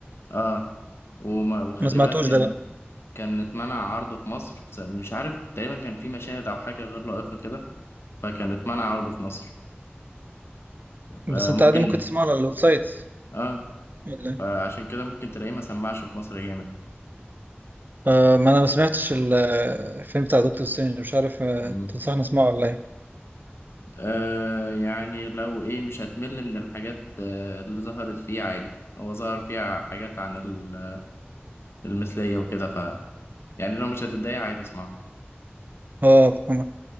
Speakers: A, on the left; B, on the right.
A: اه وما وخلي
B: ما سمعتوش
A: بالك كان
B: ده بقى
A: كان اتمنع عرضه في مصر بسبب مش عارف تقريبا كان في مشاهد او حاجه غير لائقه كده فكان اتمنع عرضه في مصر
B: بس
A: آه
B: انت
A: ممكن
B: عادي ممكن تسمعه على الويب سايت
A: اه
B: ولا إيه؟
A: فعشان كده ممكن تلاقيه ما سمعش في مصر جامد
B: آه ما انا ما سمعتش ال- الفيلم بتاع دكتور سترينج مش عارف آه
A: مم.
B: تنصحني اسمعه ولا ايه
A: آه يعني لو ايه مش هتمل من الحاجات آه اللي ظهرت فيه عادي هو ظهر فيها حاجات عن ال- المثلية وكده ف يعني لو مش هتتضايق عادي اسمعه
B: اه فاهمك